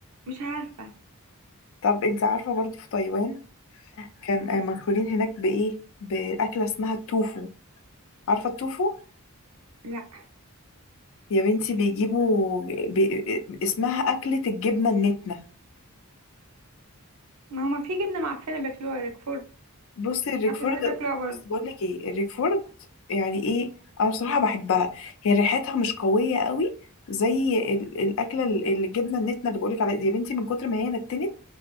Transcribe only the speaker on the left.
طب انت عارفه برضو في تايوان كان آه، مشهورين هناك بايه باكله اسمها التوفو عارفه التوفو
يا بنتي بيجيبوا بي... اسمها اكله الجبنه النتنه
بصي الريكفورد
بس بقول لك ايه الريكفورد يعني ايه انا بصراحه بحبها هي ريحتها مش قويه قوي زي ال... الاكله ال- الجبنه النتنه اللي بقولك عليها دي. يا بنتي من كتر ما هي نتنت